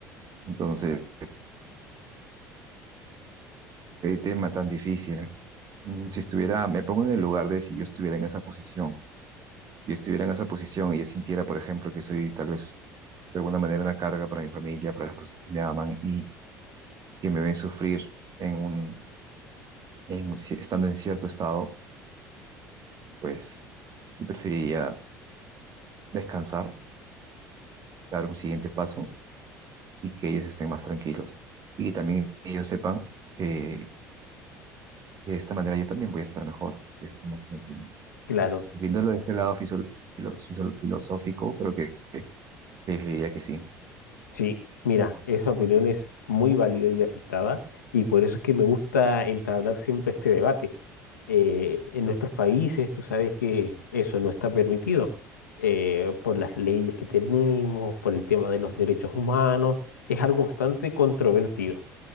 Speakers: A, on the right; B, on the left.
A: Entonces Qué tema tan difícil. Mm, Si estuviera, me pongo en el lugar de si yo estuviera en esa posición, yo estuviera en esa posición y yo sintiera, por ejemplo, que soy tal vez de alguna manera una carga para mi familia, para las personas que me aman y que me ven sufrir en un, en, un ci- estando en cierto estado, pues yo preferiría descansar, dar un siguiente paso y que ellos estén más tranquilos y que también ellos sepan que de esta manera yo también voy a estar mejor, voy a estar más tranquilo.
B: Claro.
A: Viéndolo de ese lado fiso- filo- fiso- filosófico, creo que, que que diría que sí.
B: Sí, mira, esa opinión es muy válida y aceptada y por eso es que me gusta entablar siempre este debate. Eh, en nuestros países tú sabes que eso no está permitido eh, por las leyes que tenemos, por el tema de los derechos humanos, es algo bastante controvertido.